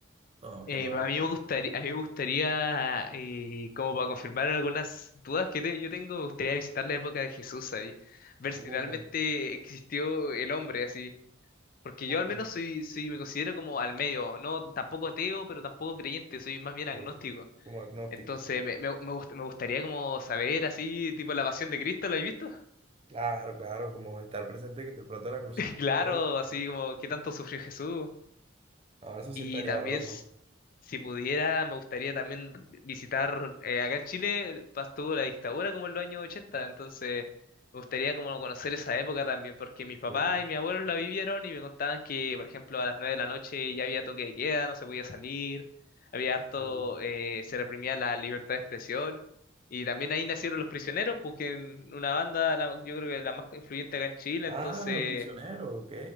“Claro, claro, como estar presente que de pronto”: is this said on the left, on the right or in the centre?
Right